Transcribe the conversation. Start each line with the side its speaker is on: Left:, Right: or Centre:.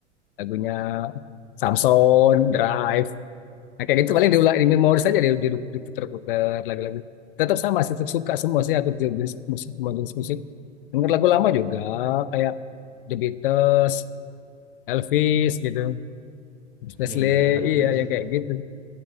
Left: lagunya Samson Drive nah kayak gitu paling diulang di memori saja di, di, diputer-puter lagu-lagu tetap sama sih tetap suka semua sih aku jenis musik semua jenis musik denger lagu lama juga kayak The Beatles Elvis gitu Presley
Right: Iya iya, enak
Left: iya
Right: juga
Left: yang
Right: sih.
Left: kayak gitu